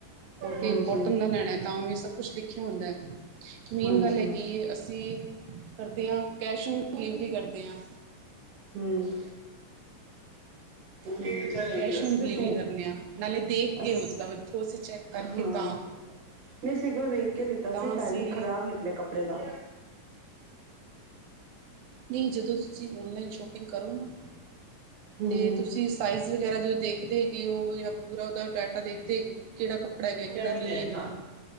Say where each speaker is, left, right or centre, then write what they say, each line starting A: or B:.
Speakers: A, on the right (about 75°); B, on the right (about 60°).
A: ਕੋਟੀ
B: ਹਾਂਜੀ
A: ਕੋਟਨ ਦਾ ਲੈਣਾ ਤਾਂ ਵੀ ਸਭ ਕੁਛ ਲਿਖਿਆ ਹੁੰਦੈ। ਮੇਨ
B: ਹਾਂਜੀ
A: ਗੱਲ ਹੈਗੀ ਏ ਅਸੀ ਕਰਦੇ ਆਂ, ਕੈਸ਼ ਔਨ ਡਿਲੀਵਰੀ ਕਰਦੇ ਆਂ।
B: ਹੂੰ। ਤੂੰ ਮੇਰੇ ਤਾਂ ਗਈ
A: ਕੈਸ਼
B: ਐ। ਤੁਸੀ
A: ਔਨ
B: ਤੇ
A: ਡਿਲੀਵਰੀ
B: ਸੂ
A: ਕਰਨੇ ਆ ਨਾਲੇ ਦੇਖ
B: ਅਸ
A: ਕੇ ਮਤਲਬ ਇੱਥੋਂ ਅਸੀਂ ਚੈੱਕ ਕਰਕੇ
B: ਹਾਂ।
A: ਤਾਂ
B: ਨਈ ਸੀਗਾ। ਵੇਖ ਕੇ ਲਿੱਤਾ
A: ਤਾਂ
B: ਸੀ। ਫੈਬਰਿਕ
A: ਅਸੀਂ
B: ਖਰਾਬ ਨਿਕਲੇਆ ਕੱਪੜੇ ਦਾ।
A: ਨਈਂ ਜਦੋਂ ਤੁਸੀ ਔਨਲਾਈਨ ਸ਼ੋਪਿੰਗ ਕਰੋ ਨਾ
B: ਹੂੰ
A: ਤੇ ਤੁਸੀ ਸਾਈਜ਼ ਵਗੈਰਾ ਜੋ ਦੇਖਦੇ ਹੈਗੇ ਓ ਯਾਂ ਪੂਰਾ ਓਦਾ ਡਾ ਟਾ ਦੇਖਦੇ ਹੈਗੇ ਕੇੜਾ ਕੱਪੜਾ ਹੈਗੈ,
B: ਦੁਨੀਆ
A: ਕੇੜਾ
B: ਵੀ
A: ਨਈ
B: ਦੇਖਣਾ
A: ਹੈਗਾ